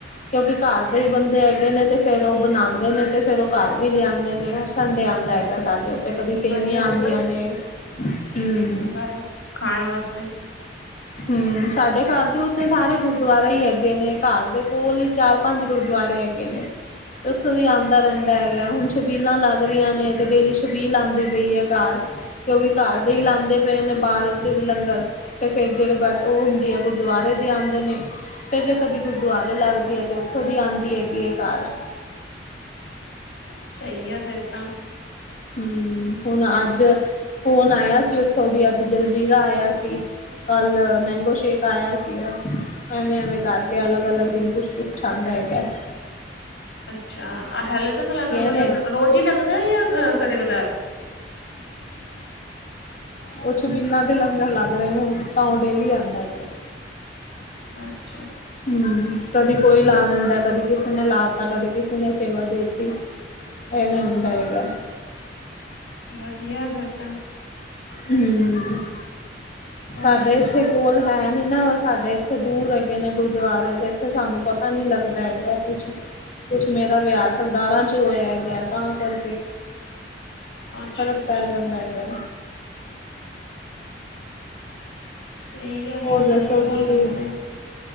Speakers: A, on the left (about 45°); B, on the left (about 75°).
A: ਕਿਉਂਕਿ ਘਰ ਦੇ ਬੰਦੇ ਹੈਗੇ ਨੇ ਤੇ ਫਿਰ ਓਹ ਬਣਾਂਦੇ ਨੇ ਤੇ ਫਿਰ ਓਹ ਘਰ ਵੀ ਲਿਆਂਂਦੇ ਨੇ। ਸੰਡੇ ਆੰਦਾ ਹੈਗਾ ਸਾਡੇ ਉੱਤੇ, ਕਦੀ ਸੇਵੀਆਂ
B: ਵਧੀਆ
A: ਆੰਦੀਆਂ
B: ਫਿਰ
A: ਨੇ, ਹੂੰ।
B: ਰੇ ਖਾਣ ਵਾਸਤੇ।
A: ਹੂੰ, ਸਾਡੇ ਘਰ ਦੇ ਉੱਥੇ ਸਾਰੇ ਗੁਰਦੁਆਰੇ ਹੀ ਹੈਗੇ ਨੇ ਘਰ ਦੇ ਕੋਲ ਹੀ ਚਾਰ ਪੰਜ ਗੁਰਦੁਆਰੇ ਰੇ ਹੈਗੇ ਨੇ ਤੇ ਉੱਥੋਂ ਦੀ ਆਂਦਾ ਰੈੰਦਾ ਹੈਗਾ। ਹੁਣ ਛਬੀਲਾਂ ਲੱਗ ਰੀਆਂ ਨੇ ਤੇ ਡੇਲੀ ਛਬੀਲ ਆੰਦੀ ਪਈ ਐ ਘਰ, ਕਿਉਂਕਿ ਘਰ ਦੇ ਹੀ ਲਾਦੇ ਪਏ ਨੇ ਬਾਰ ਲੰਗਰ। ਤੇ ਫਿਰ ਜੇੜੇ ਬਚ ਓਹ ਹੁੰਦੀ ਐ ਗੁਰਦੁਆਰੇ ਦੇ ਆਦੇ ਨੇ। ਫਿਰ ਜੇ ਕਦੇ ਗੁਰਦੁਆਰੇ ਲੱਗਦੀ ਹੈ, ਤੇ ਉੱਥੋਂ ਦੀ ਆਦੀ ਹੈਗੀ ਐ ਘਰ। <inaudible>
B: ਸਹੀ ਆ ਫਿਰ ਤਾਂ।
A: ਹੂੰ, ਹੁਣ ਅੱਜ ਫੋਨ ਆਯਾ ਸੀ ਉੱਥੋਂ ਦੀ ਅ ਤੇ ਜਲਜੀਰਾ ਆਯਾ ਸੀ, ਕੱਲ ਮੈਂਗੋ ਸ਼ੇਕ ਆਯਾ ਸੀਗਾ। ਐਵੇਂ ਐਵੇਂ ਕਰਕੇ ਅਲੱਗ ਅਲੱਗ ਦਿਨ ਕੁਛ ਕੁਛ ਆਦਾ ਹੈਗੈ।
B: ਅੱਛਾ ਅ ਹੈਲੇੇ ਤੱਕ ਲੱਗ ਮਤਲਬ
A: ਨੇ
B: ਰੋਜ਼ ਹੀ ਲੱਗਦੈ ਯਾ ਕਦੇ ਕਦਾਰ।
A: ਓਹ ਛਬੀਲਾਂ ਦੇ ਲੰਗਰ ਲੱਗ ਰੇ ਨੇ ਹੁਣ ਤਾਂ ਓਹ ਡੇਲੀ ਆਦਾ ਹੈਗੈ।
B: <unintelligible>
A: ਹੂੰ, ਕਦੀ ਕੋਈ ਲਾ ਦਿੰਦਾ, ਕਦੀ ਕਿਸੇ ਨੇ ਲਾ ਤਾ, ਕਦੇ ਕਿਸੇ ਨੇ ਸੇਵਾ ਦੇਤੀ। ਐਵੇਂ ਹੁੰਦਾ ਹੈਗਾ।
B: ਵਧੀਆ ਫਿਰ ਤਾਂ।
A: ਹੂ -
B: ਹੋਰ
A: ਸਾਡੇ
B: ਦੱਸੋ
A: ਇੱਥੇ ਕੋਲ ਹੈ ਨੀ ਇਹਨਾਂ ਨਾਲ ਸਾਡੇ ਇੱਥੇ ਦੂਰ ਹੈਗੇ ਨੇ ਗੁਰਦੁਆਰੇ ਤੇ ਇੱਥੇ ਸਾਨੂੰ ਪਤਾ ਨੀ ਲੱਗਦਾ ਹੈਗਾ ਕੁਛ ਕੁਛ ਮੇਰਾ ਵਿਆਹ ਸਰਦਾਰਾਂ ਚ ਹੋਇਆ ਹੈਗਾ ਤਾਂ ਕਰ
B: ਅੱਛਾ
A: ਫ਼ਰਕ
B: ਅੱਛਾ
A: ਪੈ ਜਾਂਦਾ ਹੈਗਾ
B: ਸਹੀ ਆ ਫਿਰ
A: ਹੋਰ ਦੱਸੋ
B: ਤਾਂ ਹੋਰ
A: ਤੁਸੀਂ
B: ਦੱਸੋ